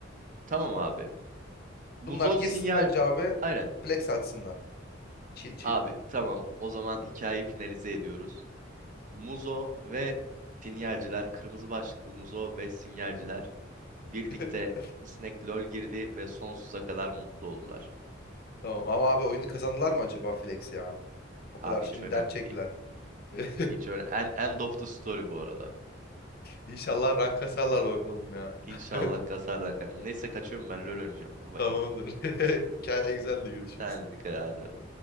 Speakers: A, on the right; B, on the left.
A: Tamam abi. Muzo
B: Bunlar girsin
A: sinyal
B: bence abi
A: aynen.
B: flex atsınlar. Çil çil.
A: Abi tamam o zaman hikayeyi finalize ediyoruz. Muzo ve sinyalciler, kırmızı başlıklı Muzo ve sinyalciler birlikte
B: <laughs>
A: Snack LoL girdi ve sonsuza kadar mutlu oldular.
B: Tamam ama abi oyunu kazandılar mı acaba flex ya? O
A: Abi
B: kadar şimdi
A: hiç önemli
B: dert çektiler.
A: değil.
B: <laughs>
A: Hiç öyle en end of the story bu arada.
B: İnşallah rank kasarlar bakalım ya.
A: İnşallah
B: <laughs>
A: kasarlar kanka. Neyse kaçıyorum ben LoL oynayacağım. Bye bye.
B: Tamamdır. <laughs> Hikaye güzeldi görüşürüz.
A: Sen de dikkat et.